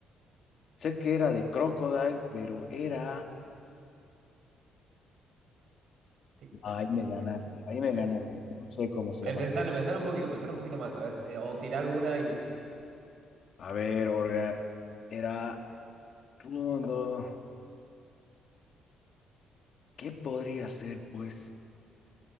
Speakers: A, on the left; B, on the right.
A: Sé que era de Crocodile, pero era...
B: Tic
A: Ahí
B: tac,
A: me
B: tic
A: ganaste,
B: tac, tic
A: ahí
B: tac.
A: me ganaste. No sé cómo se
B: Pen-
A: llama.
B: Pensalo, pensalo un poquito, pensalo un poquito más. A ver, te- o tirar alguna y,
A: A ver, orga- era... no no, ¿Qué podría ser, pues?